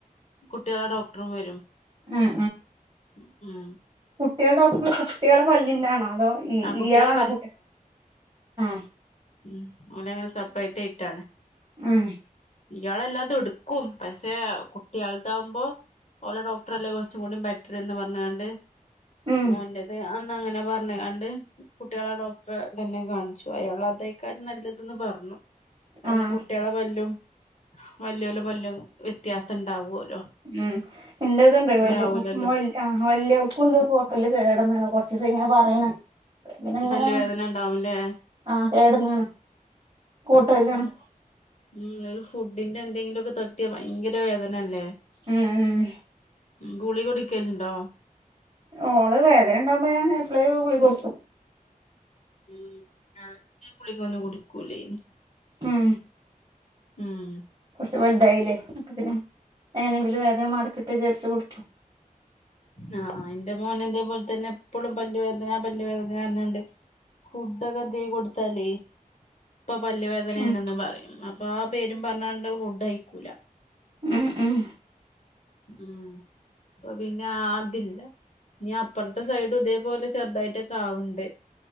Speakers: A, on the left; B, on the right.
A: കുട്ടികളെ ഡോക്ടറും വരും
B: ഉം
A: മ്മ്
B: കുട്ടികളുടെയോ അപ്പോ കുട്ടികളുടെ പല്ലിന്റൊണോ അതോ ഇ
A: ആഹ് കുട്ടികളെ
B: ഇയാളണോ കുട്ടി ആഹ്
A: മ്മ് ഓല് അങ്ങനെ സെപ്പറേറ്റ് ആയിട്ടാണ്
B: മ്മ്
A: ഇയാളെല്ലാതെടു ക്കും പക്ഷേ കുട്ടികൾതാവുമ്പോ ഓലെ ഡോക്ടർല്ലേ കുറച്ചും കൂടി ബെറ്റർന്ന് പറഞ്ഞാണ്ട്
B: ഉം
A: ഓൻ്റെത് അൻ അങ്ങനെ പറഞ്ഞ് ആ ട് കുട്ടിളെ ഡോക്ടറെ തന്നെ കാണിച്ചു അയാൾ അതായ്കാരം നല്ലതന്ന് പറഞ്ഞു പിന്നെ
B: ആഹ്
A: കുട്ടികളെ പല്ലും വല്ല്യോലെ പല്ലും വ്യത്യാസം ണ്ടാവോൽ
B: ഉം ൻ്റെതുണ്ട് വല്യ
A: ആവൂലല്ലോ
B: മോൽ അ വല്യൾക്കുണ്ട്പൊതല്ല് ലിൽ കേടന്ന്ണ് കൊർച്ചിസയി ങ്ങെനെ പർ റയന പിന്നങ്ങനെ
A: പല്ല് വേദന ഉണ്ടാവുംല്ലേ
B: ആഹ് കേടന്ന്ണ് കൂട്ടുഅല്ലാണ്
A: ഉം ഉം ഒരു ഫുഡിന്റെ എന്തെങ്കിലുക്കെ തട്ടിയാ ഭയങ്കര വേദന അല്ലേ
B: ഉം ഉം
A: ഗുളിക കുടിക്കലുണ്ടോ
B: ഓള് വേദന ണ്ടാവുമ്പോ ഞാൻ എപ്പളേ ഗുളിഗ കൊടുക്കും
A: ഉം കുളികന്നും കുടിക്കൂലേഞ്
B: ഉം
A: ഉം
B: കുറച്ച് വലുതായില്ലേ അപ്പൊ പിന്നെ എങ്ങനെങ്കിലും വേദന മാറിക്കിട്ടൊ വിചാരിച്ചു കൊടുത്തു
A: ആ ഇൻ്റെ മോന് ഇതേ പോൽ തന്നെ എപ്പളും പല്ല് വേദന പല്ല് വേദന ർഞാണ്ട് ഫുഡൊക്കെ എന്തി കൊടുത്താലേ പ്പൊ പല്ല് വേദനയാണെന്ന്
B: ഉം
A: പറയും അപ്പൊ ആ പേരും പറഞ്ഞണ്ട് ണ്ടഹ് ഫുഡ് കഴിക്കൂല
B: ഉം ഉം
A: ഉംഅ പിന്നെ അതില്ല ഞ്ഞി അപ്പർത്തെ സൈഡും ഇതേപോലെ ചെറുതായിട്ടൊക്കെ ആവ്ണ്ട്